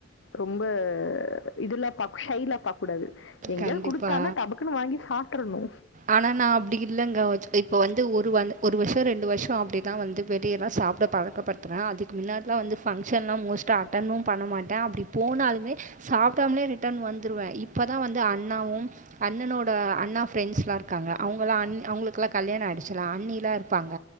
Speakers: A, on the left; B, on the right.
A: ரொம்ப இதுல்லா பாக் ஷைலா பாக் ககூடாது எங்கயாவுது
B: கண்டிப்பா.
A: குடுத்தானா டபுக்குன்னு வாங்கி சாப்ட்டறணு
B: ஆனா நா அப்டி இலங்க இப்ப வந்து ஒரு ஒரு வருஷோ ரெண்டு வருஷோ அப்டிதா வந்து வெளியெல்லா சாப்டக் பழக்கப்படுத்துற அதுக்கு மின்னாடில்லா வந்து ஃபங்க்ஷன்லா மோஸ்ட்டா அட்டென்னு பண்ண மாட்டே அப்டி போனாலுமே சாப்டாமலே ரிட்டன் வந்துருவ இப்பதா வந்து அண்ணாவு அண்ணனோட அண்ணா ஃப்ரெண்ட்ஸ்லாருக்காங்க அவுங்களா அண் அவுங்ளுக்லா கல்யாணோ ஆய்டுச்சுலா அண்ணிலாருப்பாங்க